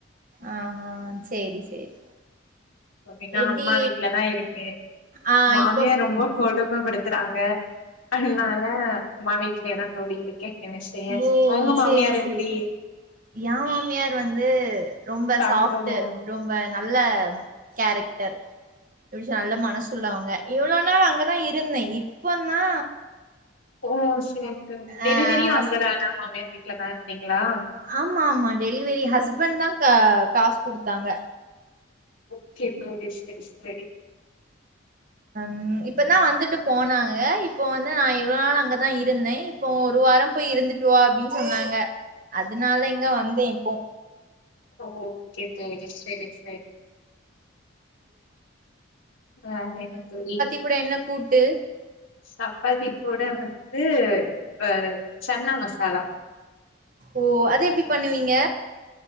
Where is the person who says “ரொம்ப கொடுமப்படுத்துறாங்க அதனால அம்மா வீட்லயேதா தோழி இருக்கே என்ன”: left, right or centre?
Left